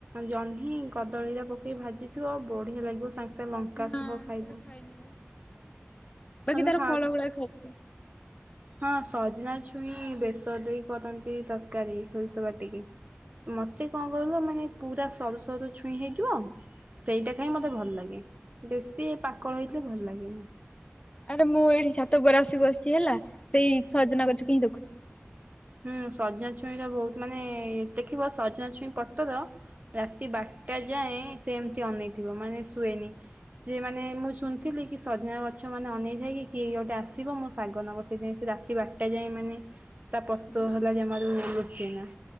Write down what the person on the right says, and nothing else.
ଜହ୍ନି, କଦଳୀ ହେରା ପକେଇ ଭାଜିଥିବ ବଢିଆ ଲାଗିବ ସାଙ୍ଗେ ସାଙ୍ଗେ ଲଙ୍କା
ସହ ଖାଇବ।
ତମେ
ଖା
ହଁ ସଜନା ଛୁଇଁ ବେଶର ଦେଇ କରନ୍ତି ତରକାରୀ ସୋରିଷ ବାଟିକି। ମତେ କଣ
କହିଲ ମାନେ ପୁରା ସରୁ ସରୁ ଛୁଇଁ ହେଇଥିବ। ଆ ସେଇଟା ଖାଇ
ମତେ ଭଲ ଲାଗେ ବେଶୀ ପାକଳ ହେଇଥିଲେ ଭଲ ଲାଗେ ନା।
ହୁଁ ସଜନା ଛୁଇଁର ବହୁତ ମାନେ ଦେଖିବ ସଜନା ଛୁଇଁ ପତ୍ର ରାତି ବାରଟା ଯାଏଁ ସେମିତି ଅନେଇଥିବ ମାନେ ଶୁଏନି। ସେ ମାନେ ମୁଁ ଶୁଣିଥିଲି କି ସଜନା ଗଛ ମାନେ ଅନେଇଥାଏକି କିଏ ଗୋଟେ ଆସିବ ମୋ ଶାଗ ନବ ସେଇଥି ପାଇଁ ସେ ରା ରାତି ବାରଟା ଯାଏ ମାନେ ତା ପତ୍ର
ହେଲା ଜମାରୁ ଲୁଚେନା।